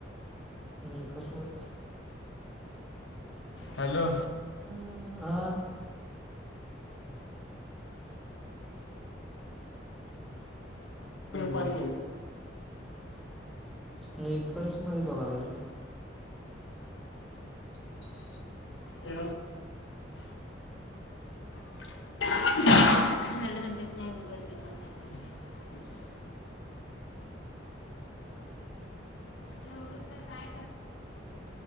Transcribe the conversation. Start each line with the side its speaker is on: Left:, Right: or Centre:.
Centre: स्कृष्ण
Left: हॅलो
Centre: ह हा
Left: पाहि
Centre: स्नेकर्स मध्ये बघाल रे
Left: ए व व्यतप ज का काय कर